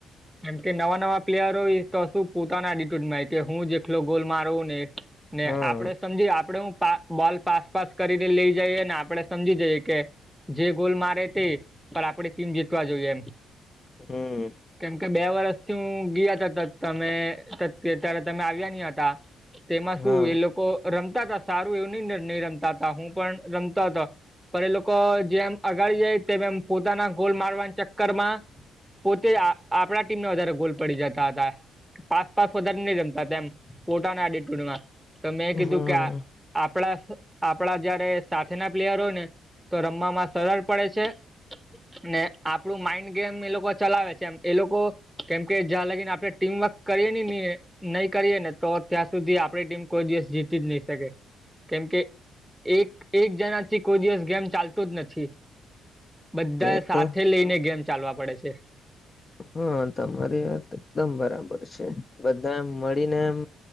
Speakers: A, in the centre; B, on the left.
A: કેમકે નવા નવા પ્લેયર હોય, તો શું, પોતાના એડિટ્યુડમાં હોય, કે હું, જેટલો ગોલ મારું ને ને
B: હા
A: આપડે સમજીએ, આપડે હું પા બોલ પાસ પાસ કરીને લઈ જઈએ ને, આપડે સમજી જઈએ કે જે ગોલ મારે તે, પણ આપણી ટીમ જીતવા જોઈએ એમ.
B: હમ
A: કેમ કે, બે વર્ષથી હું, ગિયા કરતોતો તમે ત્યારે તમે આવ્યા નહીં હતા. તેમાં શું,
B: હા
A: એ લોકો રમતાતા સારું એવું બન્ને રમતા હતા, હું પણ રમતા હતો. પણ એ લોકો જેમ, આગાળ જાઈય તેમ એમ પોતાના ગોલ મારવાના ચક્કર માં પોતે આ આપણા ટીમને વધારે ગોલ પડી જતા હતા. પાસ પાસ વધારે નહી જમતાતા ન. પોતાના <unintelligible> <unintelligible> તો મેં કીધું
B: હા
A: કે આ આપણાસ આપણા જયારે સાથે ના પ્લેયર હોય ને તો, રમવામાં સરળ પડે છે. ને આપડું માઈન્ડ ગેમ ને એ લોકો ચલાવે છે એમ એ લોકો, કેમ કે, જ્યાં લગીને આપડે ટીમવર્ક કરીએ નહીં ને એ નહી કરીએ ને તો, ત્યાં સુધી આપડી ટીમ, કોઈ દિવસ જીતી જ નહી શકે. કેમ કે, એક એક જણાથી, કોઈ દિવસ ગેમ ચાલતું જ નથી. બધા,
B: તે
A: સાથે
B: તો
A: લઈને, ગેમ ચાલવા પડે છે.
B: હા યાર, તમારી વાત, એકદમ બરાબર છે. બધાય મળીને એમ